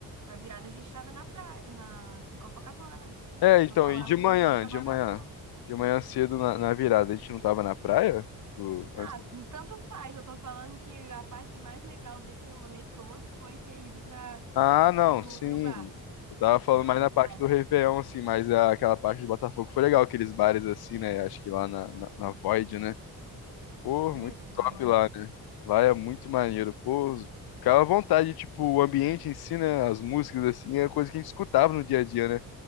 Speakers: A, on the right; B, on the left.
A: Na virada a gente tava na praia, na, em Copacabana.
B: É, então,
A: Tô falando
B: e de
A: que
B: manhã,
A: a gente foi pra
B: de
A: Botafogo.
B: manhã, de manhã cedo na, na virada, a gente não tava na praia? do-
A: Ah,
B: antes
A: tanto faz. Eu tô falando que a parte mais legal desse rolê todo foi ter ido pra,
B: Ah, não,
A: pro,
B: sim.
A: pro bar,
B: Eu tava falando
A: pra
B: mais
A: Olegário.
B: na parte do Réveillon, assim, mas a- aquela parte do Botafogo foi legal, aqueles bares assim, né? Acho que lá na, na, na Void, né? Pô,
A: Isso,
B: muito
A: Void.
B: top lá, né? Lá é muito maneiro. Pô, ficava à vontade, tipo, o ambiente em si, né? As músicas, assim, é coisa que a gente escutava no dia a dia, né?